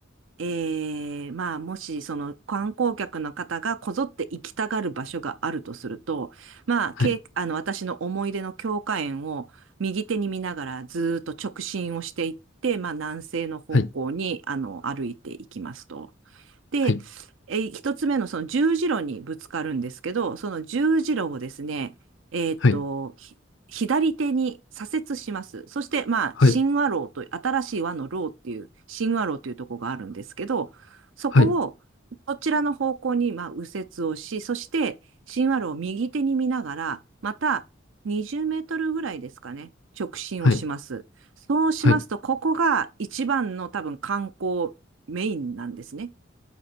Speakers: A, on the right; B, on the left.
A: ええまあ、もし、その観光客の方がこぞって行きたがる場所があるとすると、まあ、けい、
B: はい、
A: あの、私の思い出の教科園を右手に見ながらずーっと直進をしていって、まあ、南西の方向に、
B: はい、
A: あの、歩いていきますと。で、
B: はい、
A: えー一つ目のその十字路にぶつかるんですけど、その十字路をですね、えーっと、
B: はい、
A: ひ左手に左折します。そして、まあ、
B: はい、
A: 新和路という、新しい和の路っていう、新和路というところがあるんですけど、そこを、
B: はい、
A: そちらの方向に、まあ、右折をし、そして、新和路を右手に見ながら、また、20メートルぐらいですかね、直進をします。
B: はい、
A: そうしますと、
B: はい。
A: ここが一番の多分観光メインなんですね。